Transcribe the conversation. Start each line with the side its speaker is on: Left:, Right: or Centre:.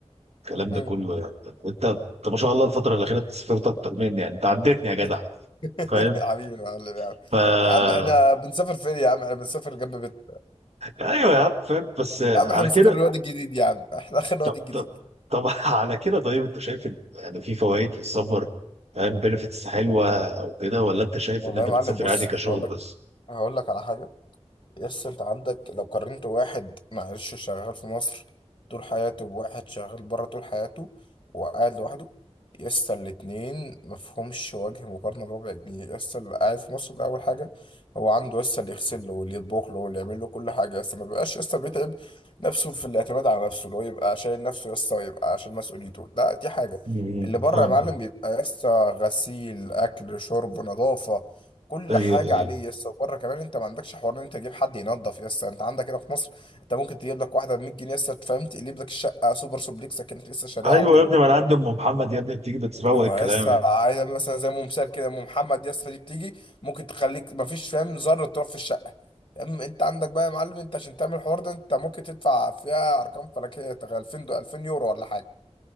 Right: الكلام
Left: مم.
Right: ده كله يعني وانت انت ما شاء الله الفترة الأخيرة بتسافرت أكتر مني يعني انت عدتني يا جدع
Left: <laughs>
Right: فاهم
Left: حبيبي يا معلم يا عم
Right: فا
Left: يا عم احنا بنسافر فين يا عم احنا بنسافر جنب بيتنا
Right: ايوه يا عم فاهم بس على
Left: يا عم احنا بنسافر
Right: كده
Left: الواد الجديد يا عم احنا اخر الواد
Right: طب
Left: الجديد
Right: طب طب <laughs> على كده طيب انت شايف ان يعني في فوائد للسفر فاهم بنفيتس حلوه او كده ولا انت شايف
Left: والله
Right: ان انت
Left: يا معلم
Right: بتسافر
Left: بص
Right: عادي كشغل
Left: هقول لك
Right: بس؟
Left: هقول لك على حاجه يس انت عندك لو قارنت واحد معلش شغال في مصر طول حياته بواحد شغال بره طول حياته وقاعد لوحده يس الاتنين مفهومش وجه مقارنة بربع جنيه يس اللي قاعد في مصر ده أول حاجة هو عنده يس اللي يغسل له واللي يطبخ له واللي يعمل له كل حاجة يس ما بيبقاش يس بيتعب نفسه في الاعتماد على نفسه اللي هو يبقى شايل نفسه يس ويبقى عشان مسؤوليته لا دي حاجة
Right: امم
Left: اللي بره
Right: فاهمك
Left: يا معلم بيبقى يس غسيل أكل شرب نظافة كل
Right: ايوه
Left: حاجه
Right: ايوه
Left: عليه يس وبره كمان انت ما عندكش حوار ان انت تجيب حد ينظف يس انت عندك هنا في مصر انت ممكن تجيب لك واحده ب 100 جنيه يس فاهم تقلب لك الشقه سوبر سوبليكس كانت لسه شاريها
Right: ايوه
Left: على طول
Right: يا ابني ما انا عندي ام محمد يا ابني بتيجي بتروق
Left: اما
Right: الكلام
Left: يس عايز
Right: يعني
Left: مثلا زي ام مثال كده ام محمد يس دي بتيجي ممكن تخليك ما فيش فاهم ذره تراب في الشقه اما انت عندك بقى يا معلم انت عشان تعمل الحوار ده انت ممكن تدفع فيها ارقام فلكيه تغ- 2000 دو 2000 يورو ولا حاجه